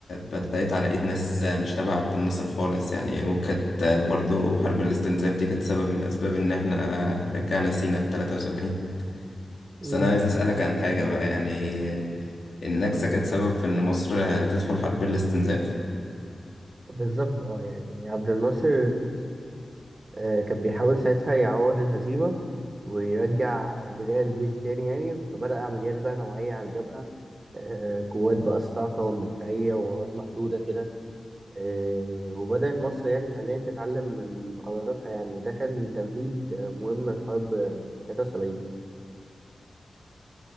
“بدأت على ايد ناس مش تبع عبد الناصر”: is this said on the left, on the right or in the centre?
Left